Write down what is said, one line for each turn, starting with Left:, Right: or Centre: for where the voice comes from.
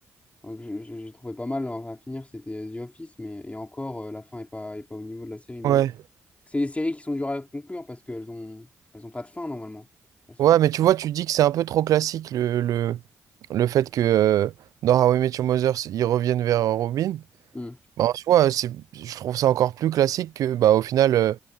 Left: enfin, que je- je- j'ai trouvé pas mal hein, à finir, c'était euh, The Office, mais et encore, euh, la fin est pas, est pas au niveau de la série. Mais
Right: ouais.
Left: c'est des séries qui sont dures à conclure parce qu'elles ont, elles ont pas de fin, normalement. Elles sont...
Right: Ouais, mais tu vois, tu dis que c'est un peu trop classique le, le, le fait que euh, dans How I Met Your Mother, c- ils reviennent vers Robin.
Left: Hmm.
Right: Bah, en soi, c'est, je trouve ça encore plus classique que, bah, au final, euh,